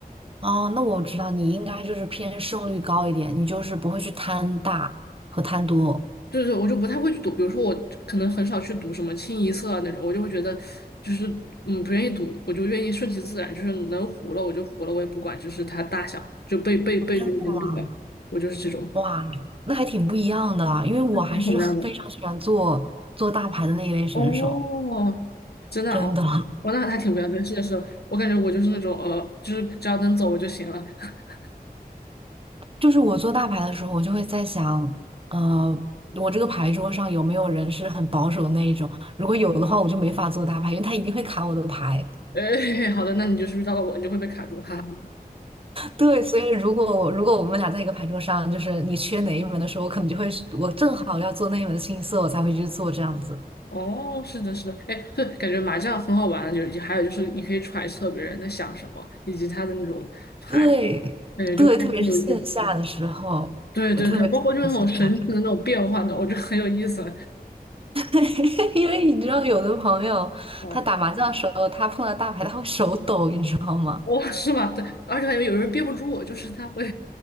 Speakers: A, on the right; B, on the left.
A: 哦，那我知道你应该就是偏胜率高一点，你就是不会去贪大和贪多。
B: 对对，我就不太会去读，比如说我可能很少去赌什么清一色啊那种，我就会觉得就是嗯不愿意赌，我就愿意顺其自然，就是能糊了我就糊了，我也不管，就是它大小就背背背着你就不管，
A: 真的吗？
B: 我就是这种，
A: 哇，那还挺不一样的啊，因为我还是非常喜欢做做大牌的那一类选手，
B: 你是什么样的？哦，真的啊，
A: 真的。
B: 我那还挺不一样的，是的是的，我感觉我就是那种呃，就是只要能走我就行了。<laughs>
A: 就是我做大牌的时候，我就会在想，呃，我这个牌桌上有没有人是很保守的那一种？如果有的话，我就没法做大牌，因为他一定会卡我的牌。
B: 哎，好的，那你就是遇到了我，你就会被卡住，哈哈。
A: 对，所以如果如果我们俩在一个牌桌上，就是你缺哪一门的时候，我可能就会我正好要做那一门的清一色，我才会去做这样子。
B: 哦，是的，是的，哎，对，感觉麻将很好玩，就是还有就是你可以揣测别人在想什么，以及他的那种牌，
A: 对对，
B: 感觉就还挺有意思。
A: 特别是线下的时候，
B: 对对对，
A: 我特别喜欢线下打
B: 包括就是那种神奇的那种变换的，我觉得很有意思。
A: <laughs> 因为你知道有的朋友他打麻将的时候，
B: 嗯，
A: 他碰到大牌他会手抖，你知道吗？
B: 哦，是吧？对，而且感觉有人憋不住我就是他会，